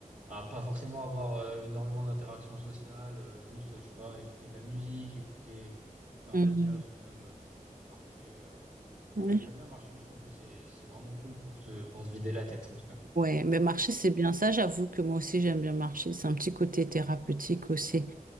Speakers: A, on the right (about 60°); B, on the right (about 80°).
A: à pas forcément avoir euh, énormément d'interactions sociales, euh, juste, euh, je sais pas, écouter de la musique, écouter, écouter un
B: Mhm.
A: podcast
B: Mhm.
A: ou même euh, juste euh, marcher. euh. J'ai-
B: Oui.
A: J'aime bien marcher, je trouve que c'est, c'est vraiment cool pour se, pour se vider la tête, en tout cas.
B: Ouais, mais marcher, c'est bien. Ça, j'avoue que moi aussi, j'aime bien marcher. C'est un petit côté thérapeutique aussi.